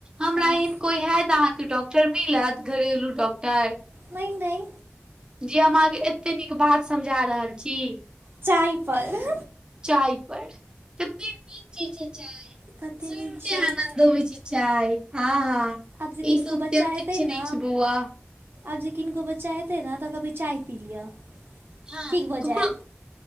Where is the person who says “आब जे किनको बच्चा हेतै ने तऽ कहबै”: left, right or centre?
Right